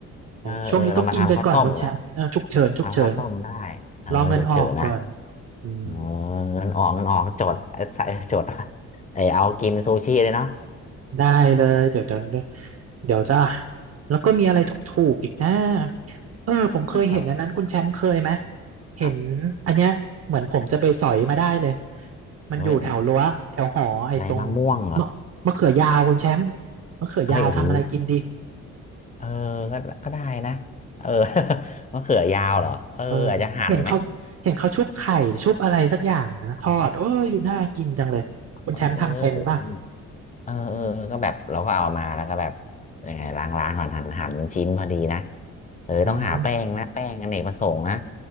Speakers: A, on the right (about 50°); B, on the left (about 25°).
A: เออช่วงนี้ต้องกินไปก่อนคุณแชมป์เออฉุกเฉินฉุกเฉิน
B: เออเออเรามาทำข้าวต้มอ่ะทำข้าวต้มได้เออฉุกเฉินนะ
A: รอเงินออกก่อนอืม
B: เออเงินออกเงินออกจดเอ้ยใส่จด <laughs> เออเอากินซูชิเลยเนาะ
A: ได้เลย เดี๋ยวจะเดี๋ยวจะแล้วก็มีอะไรถูกๆอีกนะเออผมเคยเห็นอันนั้นคุณแชมป์เคยไหม
B: <laughs> อ้าว
A: เห็น
B: ครับ
A: อันเนี้ยเหมือนผมจะไปสอยมาได้เลย มันอยู่แถวรั้วแถวหอไอ้ตรง
B: เฮ้ยอะไรมะม่วงเหรอ
A: มะมะเขือยาวคุณแชมป์มะเขือยาวทำอะไรกินดี
B: เฮ้ยโอ้โห เออก็ก็ได้นะ เออ <laughs> มะเขือยาวเหรอเอออาจจะหั่นไหม
A: เออเห็นเขาเห็นเขาชุบไข่ชุบอะไรสักอย่างอะนะทอดเอออยู่น่ากินจังเลยคุณแชมป์ทำเป็นป่ะ
B: อ๋อเออโอ้ยเออเออเออก็แบบเราก็เอามาแล้วก็แบบยังไงล้างล้างหั่นหั่นหั่นเป็นชิ้นพอดีนะเออต้องหาแป้งนะแป้งอเนกประสงค์นะ
A: อืม